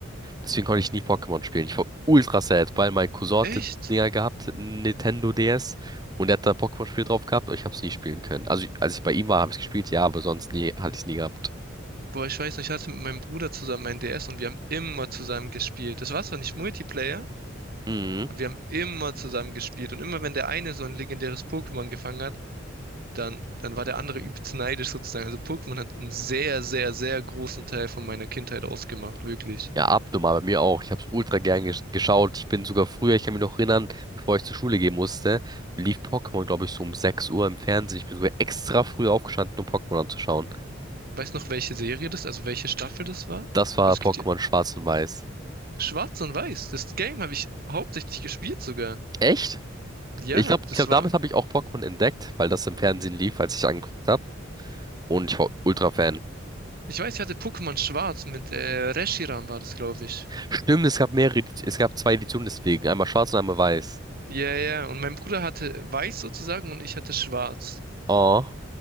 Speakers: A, on the right; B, on the right.
A: Deswegen konnte ich nie Pokémon spielen. Ich war ultra sad, weil mein Cousin hatte
B: Echt?
A: Dinger gehabt, Nintendo DS, und er hat da Pokémon-Spiel drauf gehabt, aber ich habe es nie spielen können. Also, als ich bei ihm war, habe ich gespielt, ja, aber sonst nie, hatte ich es nie gehabt.
B: Boah, ich weiß nicht, ich hatte mit meinem Bruder zusammen ein DS und wir haben immer zusammen gespielt. Das war zwar nicht Multiplayer,
A: Mhm.
B: Aber Wir haben immer zusammen gespielt und immer wenn der eine so ein legendäres Pokémon gefangen hat, dann, dann war der andere übelst neidisch sozusagen. Also Pokémon hat einen sehr, sehr, sehr großen Teil von meiner Kindheit ausgemacht, wirklich.
A: Ja, abnormal, bei mir auch. Ich habe es ultra gern gesch geschaut. Ich bin sogar früher, ich kann mich noch erinnern, bevor ich zur Schule gehen musste, lief Pokémon, glaube ich, so um 6 Uhr im Fernsehen. Ich bin sogar extra früh aufgestanden, um Pokémon anzuschauen.
B: Weiß noch, welche Serie das, also welche Staffel das war?
A: Das war
B: Also
A: Pokémon
B: es gibt hier
A: Schwarz und Weiß.
B: Schwarz und Weiß. Das Game habe ich hauptsächlich gespielt sogar.
A: Echt?
B: Ja,
A: Ich glaube,
B: das
A: ich glaub,
B: war.
A: damit habe ich auch Pokémon entdeckt, weil das im Fernsehen lief, als ich angeguckt habe. Und ich war Ultra-Fan.
B: Ich weiß, ich hatte Pokémon Schwarz mit äh, Reshiram war das, glaube ich.
A: Stimmt, es gab mehrere, Edi- es gab zwei Editionen deswegen. Einmal schwarz und einmal weiß.
B: Ja, ja. Und mein Bruder hatte Weiß sozusagen und ich hatte Schwarz.
A: Oh,